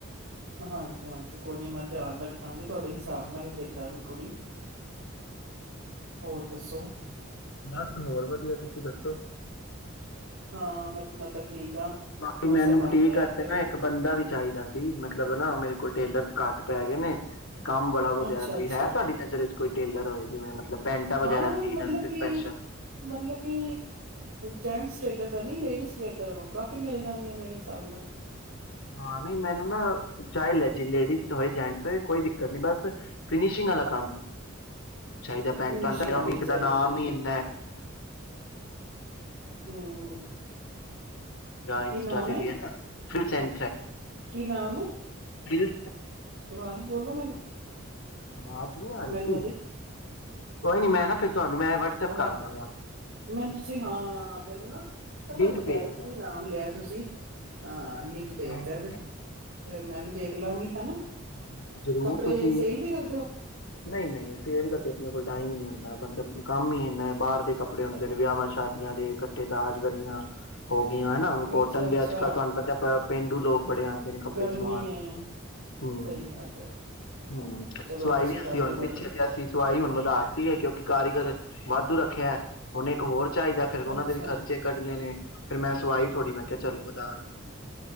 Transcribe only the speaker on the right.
ਹਾਂਜੀ ਹਾਂਜੀ ਕੋਈ ਨੀ ਮੈਂ ਧਿਆਨ ਰੱਖਾਂਗੀ ਤੁਹਾਡੇ ਹਿਸਾਬ ਨਾਲ ਹੀ ਦੇਖਾਂਗੀ ਕੁੜੀ। ਹੋਰ ਦੱਸੋ?
ਹਾਂ ਮੈਂ ਤਾਂ ਠੀਕ ਆ
ਮੌਸਮ
ਬਣ
ਗਿਆ ਇੱਥੇ
ਵੀ
ਅੱਛਾ-ਅੱਛਾ
ਹਾਂ
ਮਤਲਬ
ਕੀ,
ਮਤਲਬ ਕੀ ਜੈਂਟਸ ਟੇਲਰ। ਤਾਂ ਨੀ ਲੇਡੀਜ਼ ਟੇਲਰ ਨੂੰ ਕਾਫੀ ਮਿਲ ਜਾਣਗੇ ਮੇਰੇ ਹਿਸਾਬ ਨਾਲ।
ਫਿਨਿਸ਼ਿੰਗ ਹੋਣੀ ਚਾਹੀਦੀ
ਹੂੰ
ਕੀ ਨਾਮ
ਹੈ
ਕੀ ਨਾਮ ਏ
ਦੁਬਾਰਾ ਬੋਲੋ ਮੈਨੂੰ
ਮੈਨੂੰ
ਆਵਾਜ
ਮੈਨੂੰ ਤੁਸੀਂ ਹਾਂ ਮੈਨੂੰ ਨਾ ਸਮਝ
ਨੀ
ਆਈ
ਕੀ ਨਾਮ ਲਿਆ ਤੁਸੀਂ ਹਾਂ ਲਿੰਕ ਭੇਜ
ਦਿਆ ਜੇ ਫੇਰ ਮੈਂ ਵੀ ਦੇਖ ਲਾਂਗੀ ਹਨਾ।
ਕੱਪੜੇ
ਸੇਲ ਵੀ ਕਰਦੇ ਹੋ?
ਅੱਛਾ-ਅੱਛਾ।
ਅੱਛਾ-ਅੱਛਾ
ਗਰਮੀ
ਏ
ਸਹੀ ਗੱਲ ਏ।
ਚਲੋ
ਅੱਛੀ
ਗੱਲ
ਏ
ਬੜੀ
ਅੱਛਾ